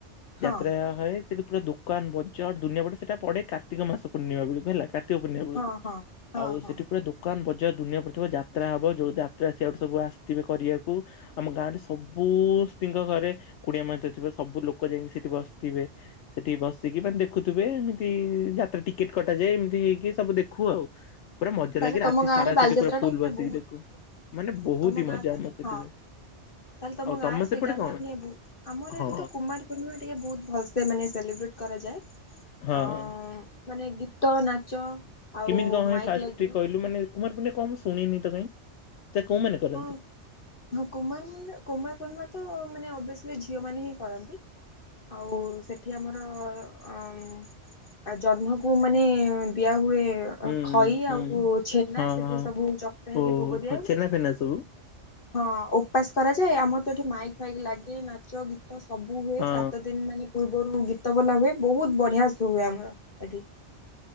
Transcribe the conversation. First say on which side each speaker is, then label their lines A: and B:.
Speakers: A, on the left (about 50°); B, on the left (about 75°).
A: ହଁ
B: ଯାତ୍ରା ହଏ। ସେଇଠି ପୁରା ଦୋକାନ ବଜାର ଦୁନିଆ ପଡ଼େ‌। ସେଟା ପଡ଼େ କାର୍ତ୍ତିକ ମାସ ପୂର୍ଣିମା ବେଳକୁ ହେଲା‌‌। କାର୍ ତିକ ପୂର୍ଣ୍ଣିମା ବେଳୁକୁ
A: ହଁ ହଁ ହଁ
B: ଆଉ
A: ହଁ।
B: ସେଠି ପୁରା ଦୋକାନ ବ ଜ ଦୁନିଆ ପଡ଼ିଥିବ ଯାତ୍ରା ହବ ଯୋଉ ଯାତ୍ରା ସିଆଡ଼ୁ ସବୁ ଆସିଥିବେ କରିବାକୁ ଆମ ଗାଁରେ ସବୁ ସ୍ତ୍ରୀଙ୍କ ଘରେ କୁଣିଆମାନେ ଥ ଥିବେ ସବୁ ଲୋକ ଯାଇଁକି ସେଠି ବସିଥିବେ। ସେଠି ବସିକି ମାନେ ଦେଖୁଥୁବେ ଏମିତି ଯାତ୍ରା ଟିକେଟ୍ କଟାଯାଏ ଏମିତି ହେଇକି ସବୁ ଦେଖୁ ଆଉ। ପୁରା ମଜା
A: ତାହେଲେ
B: ଲାଗେ
A: ତମ
B: ରାତି
A: ଗାଁରେ
B: ସାରା
A: ବାଲିଯାତ୍ରାଟା
B: ସେଠି ପୁରା ଫୁଲ
A: ମାନେ
B: ବସିକି
A: ବୋହୁତ
B: ଦେଖୁ। ମାନେ ବହୁତ
A: ତମ
B: ହି
A: ଗାଁରେ
B: ମଜା
A: ତାଲେ
B: ଆମର ସେଠି
A: ହଁ,
B: ହୁଏ
A: ତାହେଲେ ତମ
B: ଆଉ
A: ଗାଁରେ ସେଇଟା
B: ସେପଟେ
A: ହେଲା
B: କଣ
A: ମାନେ ବୋ ଆମର
B: ହଁ
A: ଏଠି ତ କୁମାର ପୂର୍ଣ୍ଣିମା ଟିକେ ବୋହୁତ ଭଲସେ ତେ ମାନେ ସେଲିବ୍ରେଟ୍ କରାଯାଏ।
B: ହଁ।
A: ଅ ମାନେ ଗୀତ, ନାଚ ଆଉ
B: କେମିତି କଣ ହଏ
A: ମାଇକ୍
B: ଫାଷ୍ଟ
A: ଲାଗିବ
B: ଟି କହିଲୁ ମାନେ କୁମାର ପୂର୍ଣ୍ଣି କଣ ମୁଁ ଶୁଣିନି ତ କାଇଁ? ସେଟା କୋଉମାନେ କରନ୍ତି?
A: ହଁ ହଁ କୁମାର ମାନେ କୁମାର ପୂର୍ଣ୍ଣିମା ତ ମାନେ ଅବେ ସ୍ଲି ଝିଅମାନେ ହିଁ କରନ୍ତି ଆଉ ସେଠି ଆମର ଅ ଜହ୍ନକୁ ମାନେ ଦିଆହୁଏ ଏ
B: ହୁଁ
A: ଅ ଖଇ
B: ହୁଁ
A: ଆଉ ଛେନା
B: ହଁ
A: ସେଥିରେ
B: ହଁ।
A: ସବୁ ଚକଟା ହେଇକି
B: ଓହୋ
A: ଭୋଗ ଦିଆ
B: ହଁ
A: ହୁଏ।
B: ଛେନା ଫେନା ସବୁ
A: ହଁ ଉପାସ କରା ଆଯାଏ ଆମର ତ ଏଠି ମାଇକ୍ ଫାଇକ୍ ଲାଗେ ନାଚ ଗୀ ତ ସବୁ ହୁଏ
B: ହଁ
A: ସାତ ଦିନ୍ ମାନେ ପୂର୍ବରୁ ଗୀତ ବୋଲା ହୁଏ ବୋହୁତ ବଢ଼ିଆ ସୋ ହୁଏ ଆମର ଏଠି, ର।